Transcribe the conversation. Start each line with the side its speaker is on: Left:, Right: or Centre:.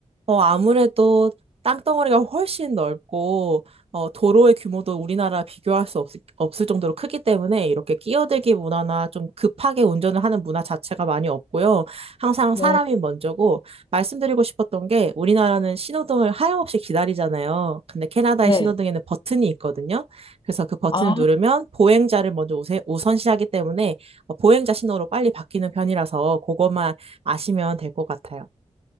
Right: 어, 아무래도 땅덩어리가 훨씬 넓고, 어, 도로의 규모도 우리나라 비교할 수 없을, 없을 정도로 크기 때문에 이렇게 끼어들기 문화나 좀 급하게 운전을 하는 문화 자체가 많이 없고요. 항상
Left: 네.
Right: 사람이 먼저고, 말씀드리고 싶었던 게 우리나라는 신호등을 하염없이 기다리잖아요. 근데 캐나다의
Left: 네.
Right: 신호등에는 버튼이 있거든요. 그래서 그 버튼을
Left: 아,
Right: 누르면 보행자를 먼저 우세, 우선시하기 때문에 어, 보행자 신호로 빨리 바뀌는 편이라서 그것만 아시면 될 것 같아요.